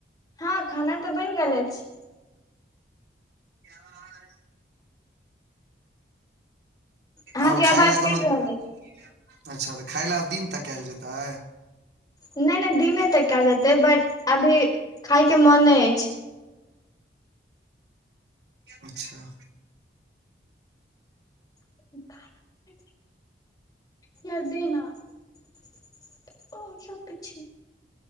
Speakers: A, on the left (about 20°); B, on the right (about 65°).
A: हँ, खाना तऽ बनि गेल अछि।
B: <unintelligible>
A: अहाँके
B: आब
A: आवाज
B: खाय लऽ कोनो
A: कटि
B: अच्छा,
A: रहल
B: तऽ खाय लय आब दिन तकैल जेतै।
A: नहि, नहि दिने तऽ कयल जेतै बात अभी खायके मन नहि अछि।
B: अच्छा।
A: <inaudible> कर दे न आओर सभ पिछ।